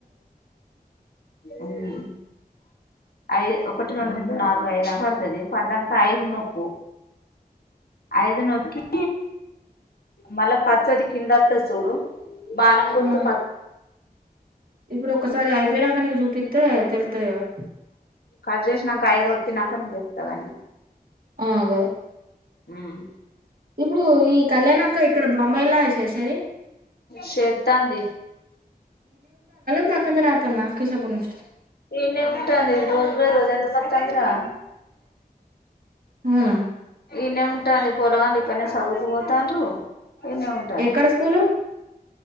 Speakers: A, on the left (about 80°); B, on the right (about 65°).
A: హ్మ్ ఐద్ ఒకటి రెండు మూడు నాలుగు ఐదు అని పడతది పడ్డాంక ఐదు నొక్కు ఐదు నొక్కి మళ్ల పచ్చది కింద వత్తది సూడు బాణం గుర్తు
B: ఆ
A: ప
B: ఇప్పుడు ఒక్కసారి అయిపోయినాంక నీకు చూపిత్తే తెలుత్తది గదా
A: కట్ చేసినాంక ఐదు వత్తినాంక నీకు చెప్తా గాని
B: ఆ గదే
A: ఉమ్
B: ఇప్పుడు ఈ కళ్యాణ్ అంకుల్ ఇక్కడ బొంబాయ్ లోన చేసేది.
A: షేత్తంది
B: అన్నం తిని వత్తన్నా కృష్ణా పూర్ నుంచి
A: ఈన్నే ఉంటాంది రోజు పోయి రోజు ఎందుకొత్తంది రా
B: అవునా
A: ఈన్నే ఉంటాంది పొరగాండ్లు ఇక్కన్నే చదువుకు పోతాండ్రు ఈన్నే ఉంటాది
B: ఎక్కడ స్కూలు